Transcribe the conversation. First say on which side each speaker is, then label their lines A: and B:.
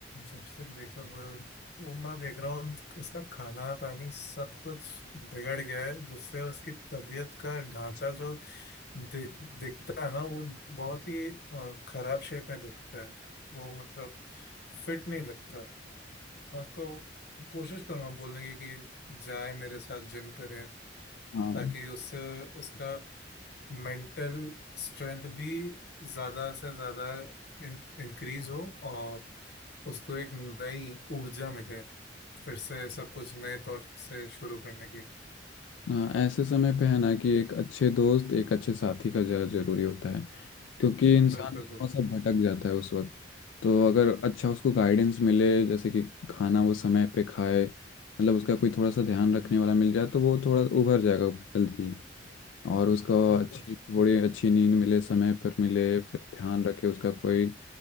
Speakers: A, on the left (about 65°); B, on the left (about 85°).
A: जब से ब्रेकअप हुआ है, वो मैं देख रहा हूँ उसका खाना पानी सब कुछ बिगड़ गया है जिससे उसकी तबीयत का ढांचा जो दि, दिखता है ना वो बहुत ही अ, खराब शेप में दिखता है वो मतलब फिट नहीं लगता मैं उसको कोशिश करूंगा बोलने की कि जाए मेरे साथ जिम करे
B: हाँ
A: ताकि उससे उसका मेंटल स्ट्रेंथ भी ज्यादा से ज्यादा इंक्रीज हो और उसको एक नई ऊर्जा मिले फिर से सब कुछ नए तौर से शुरू करने की
B: हाँ, ऐसे समय पे है ना कि एक अच्छे दोस्त एक अच्छे साथी का ज़्यादा जरूरी होता है क्योंकि इंसान
A: बिल्कुल
B: थोड़ा
A: बिल्कुल
B: सा भटक जाता है उस वक्त तो अगर अच्छा उसको गाइडेंस मिले जैसे कि खाना वो समय पे खाए मतलब उसका कोई थोड़ा सा ध्यान रखने वाला मिल जाए तो वो थोड़ा उभर जाएगा जल्दी ही और उसको
A: बिल्कुल
B: अच्छी थोड़ी अच्छी नींद मिले समय पर मिले फिर ध्यान रखे उसका कोई